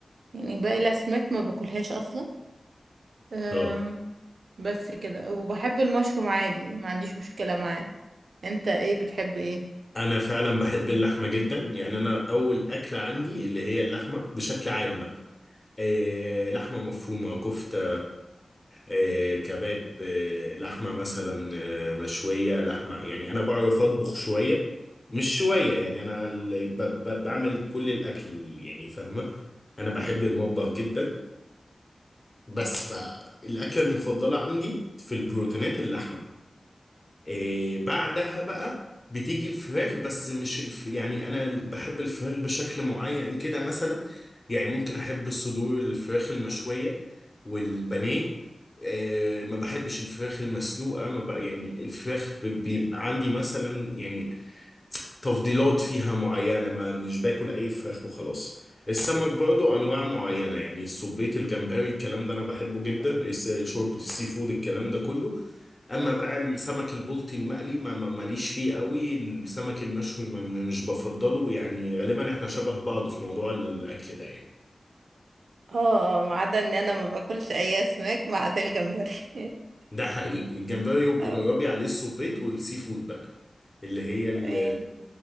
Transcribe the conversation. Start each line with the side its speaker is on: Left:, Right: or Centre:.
Right: يعني باقي الاسماك ما باكلهاش اصلا آم،
Left: اه
Right: بس كده وبحب المشروم عادي ما عنديش مشكله معاه انت ايه بتحب ايه
Left: انا فعلا بحب اللحمه جدا يعني انا اول اكله عندي اللي هي اللحمه بشكل عام بقى. آه، لحمة مفرومة كفتة آه، كباب آه، لحمة مثلا آه، مشوية لحمة يعني أنا بعرف أطبخ شوية مش شوية يعني أنا ال- ب- ب- بعمل كل الأكل يعني فاهمة أنا بحب المطبخ جدا بس فالأكلة المفضلة عندي في البروتينات اللحمة إيه بعدها بقى بتيجي الفراخ بس مش الف... يعني انا بحب الفراخ بشكل معين كده مثلا يعني ممكن احب الصدور الفراخ المشوية والبانيه إيه ما بحبش الفراخ المسلوقة ما بقى يعني الفراخ ب- بيبقى عندي مثلا يعني تفضيلات فيها معينة ما مش باكل أي فراخ وخلاص السمك برضو أنواع معينة يعني السبيط الجمبري الكلام ده أنا بحبه جدا الس- شوربة السي فود الكلام ده كله أما بقى السمك البلطي المقلي ما ما- ماليش فيه قوي السمك المشوي ما مش بفضله يعني غالبا إحنا شبه بعض في موضوع الأكل ده يعني
Right: اه اه ما عدا ان انا ما باكلش اي اسماك ما عدا الجمبري <laughs>
Left: ده حقيقي الجمبري يبقى
Right: اه
Left: جربي عليه السبيط والسي فود بقى اللي هي ال-
Right: يعني